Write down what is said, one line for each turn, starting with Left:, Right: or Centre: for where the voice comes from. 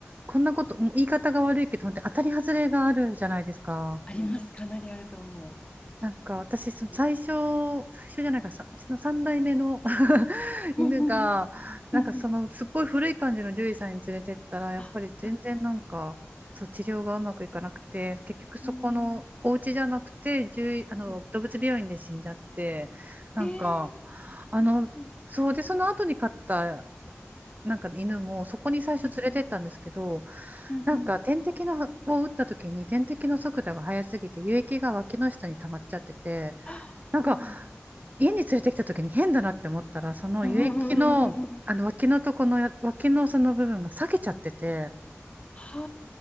Right: こんなこと、もう言い方が悪いけど、本当に当たり外れがあるじゃないですか。
Left: あります。かなりあると思
Right: なんか私、その最初、最初じゃないか、さ、うちの三代目の <laughs>
Left: う。
Right: 犬が、
Left: うううんんん
Right: なんかそのすっごい古い感じの獣医さんに連れてったら、
Left: うんうんうん
Right: やっぱり全然なんか、
Left: あ、はい。
Right: そう、治療がうまくいかなくて、結局そこのお家じゃなくて、
Left: あー
Right: 獣医、あの、
Left: うん
Right: 動物病院で死んじゃって、なんか、
Left: えー、
Right: あの、
Left: 美味しい。
Right: そうで、その後に飼ったなんか犬もそこに最初連れてったんですけど、
Left: うんうんうん。
Right: なんか点滴のを打った時に点滴の速度が速すぎて輸液が脇の下に溜まっちゃってて、
Left: ああ
Right: なんか家に連れてきた時に変だなって思ったら、その輸液の、
Left: ー、うんうんうんうんうんうん
Right: あの脇のとこのや脇のその部分が裂けちゃってて、
Left: は